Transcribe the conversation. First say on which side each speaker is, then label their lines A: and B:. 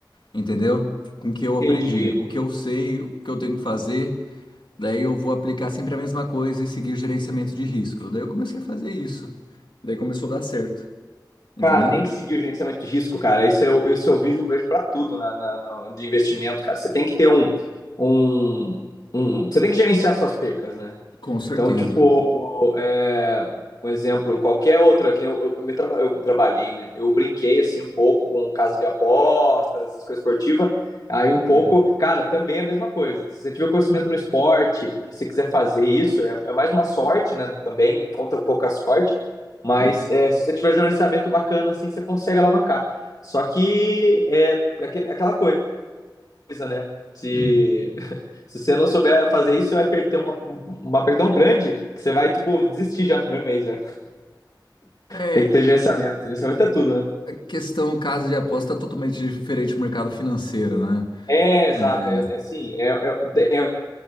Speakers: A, on the left (about 85°); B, on the left (about 50°).
A: entendeu? Com o que eu
B: entendi.
A: aprendi, o que eu sei, o que eu tenho que fazer. Daí eu vou aplicar sempre a mesma coisa e seguir o gerenciamento de risco. Daí eu comecei a fazer isso. Daí começou a dar certo. Entendeu?
B: Cara, tem que seguir o gerenciamento de risco, cara. Isso eu, isso eu vejo, vejo para tudo na, na- na- de investimento, cara. Você tem que ter um, um, um- Você tem que gerenciar suas percas, né?
A: Com certeza.
B: Então, tipo, é, um exemplo, qualquer outra, que nem eu, eu, me traba- eu trabalhei, né? Eu brinquei, assim, um pouco com casa de apostas, essas coisas esportivas. Aí um pouco,
A: Hum.
B: cara, também é a mesma coisa. Se você tiver conhecimento no esporte e você quiser fazer isso, é, é mais uma sorte, né? Também conta um pouco a sorte. Mas
A: Hum,
B: é, se você tiver gerenciamento bacana, assim, você consegue alavancar. Só que é é aquele- aquela coisa, né? Se
A: hum.
B: se você não souber fazer isso, você vai perder uma, uma perda tão grande que você vai, tipo, desistir já no primeiro mês. né?
A: É
B: Tem que ter gerenciamento. Gerenciamento é tudo, né?
A: questão, casa de aposta é totalmente diferente do mercado financeiro, né?
B: É, exato.
A: É,
B: É, é assim, é, é, é